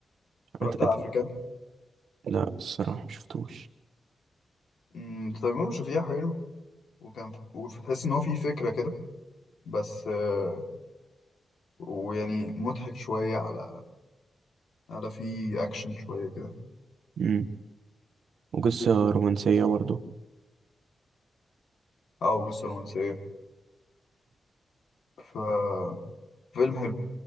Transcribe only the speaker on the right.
حاجات قديمة
لا الصراحة مشفتوش
مم. وقصة رومانسية برضه